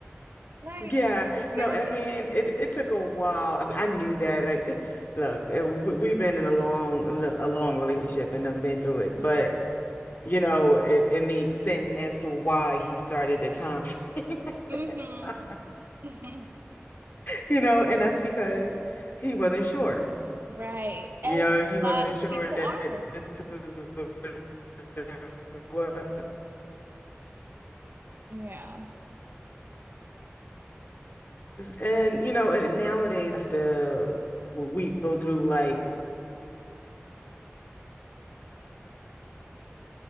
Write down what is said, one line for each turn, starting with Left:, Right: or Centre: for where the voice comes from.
Right: Like,
Left: Yeah,
Right: are you
Left: no,
Right: kidding
Left: I mean, it, it took a while. I, mean, I knew that. Like, eh, look, eh, we, we've been in a long, in a a long relationship and I've been through
Right: me?
Left: it, but, you know, it, it made sense as to why he started the time frame <laughs> at
Right: hmm
Left: that time.
Right: hmm
Left: you know, and that's because
Right: <laughs>
Left: he wasn't sure.
Right: Right.
Left: You
Right: As
Left: know,
Right: a
Left: he wasn't
Right: lot of
Left: sure
Right: people
Left: that
Right: are.
Left: this was what it was.
Right: Yeah.
Left: And you know, and nowadays after we go through like,